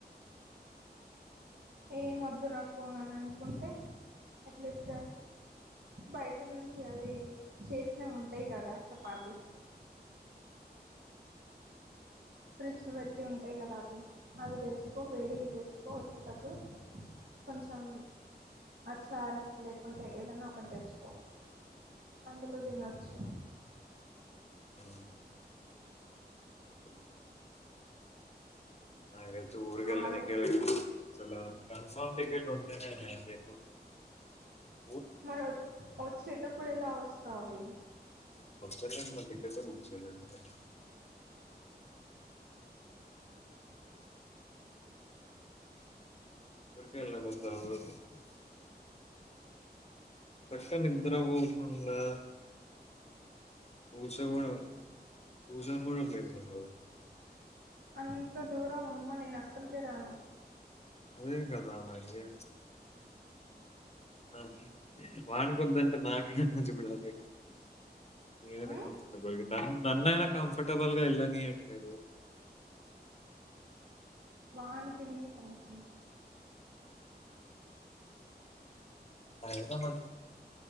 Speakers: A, on the right; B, on the left.
A: ఏం వద్దు నాకు అని అనుకుంటే అట్లీస్ట్ బయట నుంచి అవి చేసినవి ఉంటాయి కదా చపాతీస్ ఫ్రిడ్జ్లు పెట్టి ఉంటాయి కదా అవి అవి తెచ్చుకో, వేడిగా చేసుకోవచ్చు <unintelligible> కొంచెం ఆ చార్ లేకుంటే ఏదన్నా ఒకటి తెచ్చుకో అందులో తినొచ్చు
B: అ మ్మ్ <unintelligible>
A: ఆలు
B: కన్ఫమ్ టికెటు <unintelligible>
A: మరి వచ్చేటప్పుడు ఎలా వస్తావే
B: వచ్చేటప్పుడు <inaudible> <unintelligible>
A: వచ్చేటప్పుడు
B: చక్క నిద్ర పోకుండా పూస కూడా పూస కూడా <unintelligible>
A: అంత దూరం అమ్మో నేను అస్సలుకే రాను
B: అదే కదా మరి <inaudible> ఆ వాని కొద్దంటే నాకు <unintelligible> నేనైనా
A: ఉమ్
B: కంఫర్టబుల్ న నన్నైనా కంఫర్టబుల్ గా వెళ్ళనీయట్లేదు
A: వాన్కి, వీనికి అని <inaudible>
B: అయితన్న